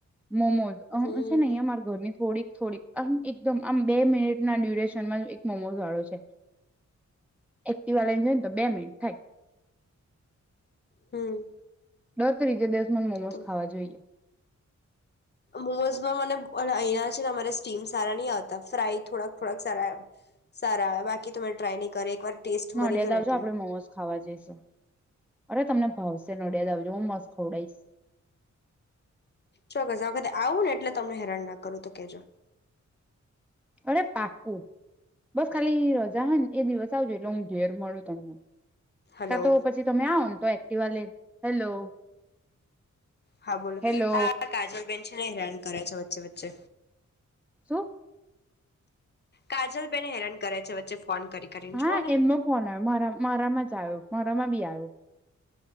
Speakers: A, in the centre; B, on the left.
A: મોમોઝ
B: હમ
A: છે નહીં અમારા ઘરની થોડીક થોડીક આમ એકદમ આમ બે મિનિટના ડ્યુરેશનમાં એક મોમોઝ વાળો છે એક્ટવા વાળને છેને તો બે મિનિટ થાય
B: હમ
A: નોતરી છે દ મોમોસ
B: તો
A: ખાવા જોઈએ
B: મોમોઝમાં મને અહીંના છે ને અમારે સ્ટીમ સારા નહી આવતા ફ્રાય થોડાક થોડાક સારા આવે સારા આવે બાકી તો મેમે ટ્રાય નહી કરો એક વાર ટેસ્ટ
A: ન
B: મરી
A: અડિયાદ
B: ગયો ને
A: આવજો
B: એટલે
A: આપડે મોમોસ ખાવા જઈશ અરે તમને ભાવશે નોડિયાદ આવજ હું મસ્ત ખવડઈશ.
B: ચોક્કસ આ વખતે આવું ને એટલે તમને હેરાન ના કરું તો કેજો.
A: અરે પાક્કું બસ ખાલી રજા હ ને એ દિવસ આવજો એટલે હું ઘેર મળું તમને.
B: હલો
A: કા તો પછી તમે આવ ને તો એક્ટિવા લે હેલો!
B: હા બોલો.
A: હેલો
B: આ કજલ બેન છે ને હેરાન કરે છે વચ્ચે વચ્ચે.
A: શું
B: કાજલ બેેન હેરાન કરે છે વચ્ચે ફોન કરી કરીને
A: હા,
B: જુઓ ને
A: એમનો ફોન આવ્યો મારા મારામાં જ આવ્યો. મારામાં બી આવ્યો.